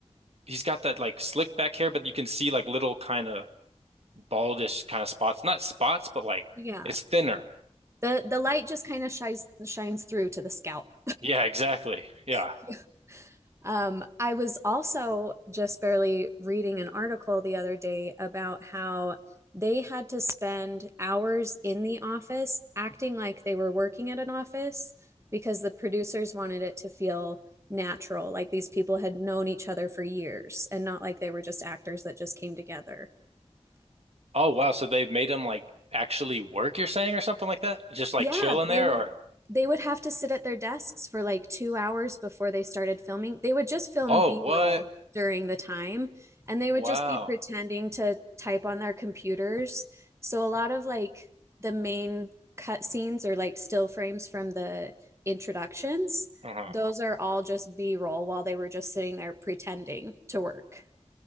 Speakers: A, on the right; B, on the right.
A: he's got that like slick back hair, but you can see like little kind of baldish kind of spots. Not spots, but like
B: Yeah.
A: it's thinner.
B: The the light just kind of shines shines through to the scalp.
A: Yeah, exactly. Yeah.
B: <laughs> Um, I was also just barely reading an article the other day about how they had to spend hours in the office acting like they were working at an office because the producers wanted it to feel natural, like these people had known each other for years and not like they were just actors that just came together.
A: Oh wow, so they made him like actually work, you're saying, or something like that? Just like
B: Yeah,
A: chill in there
B: they would
A: or
B: they would have to sit at their desks for like two hours before they started filming. They would just film
A: oh
B: B-roll
A: what?
B: during the time and they
A: Wow.
B: would just be pretending to type on their computers. So a lot of like the main cut scenes or like still frames from the introductions,
A: Uh-huh.
B: those are all just B-roll while they were just sitting there pretending to work.